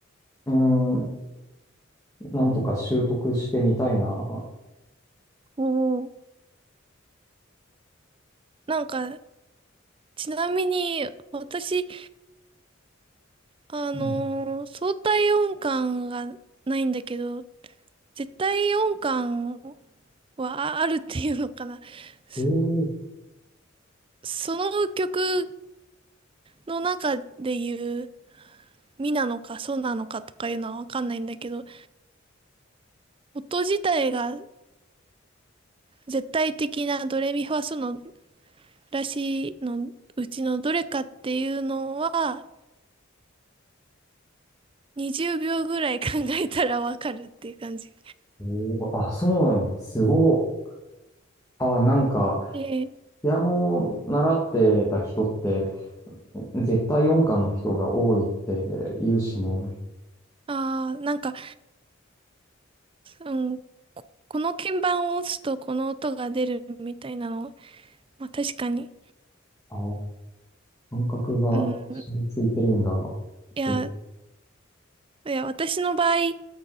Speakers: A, on the left; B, on the right.
A: うん、なんとか習得してみたいな。
B: おお。なんか、ちなみに、私、あのー相対音感がないんだけど、
A: うん
B: 絶対音感はああるっていうのかな。そ
A: ええ
B: の曲の中で言う、ミなのかソなのかとかいうのはわかんないんだけど、音自体が絶対的なドレミファソのらしいのうちのどれかっていうのは、20秒ぐらい考えたらわかるっていう感じ。
A: おーあ、そうなんだ。すごい。あ、なんか、
B: え
A: ピアノを習ってた人って、絶対音感の人が多いって言うしね。
B: ああ、なんか、うん、こ、この鍵盤を押すとこの音が出るみたいなのは、まあ確かに。
A: あ、感覚が染みついてるんだ。
B: うん。いや、
A: へえ、
B: いや、私の場合、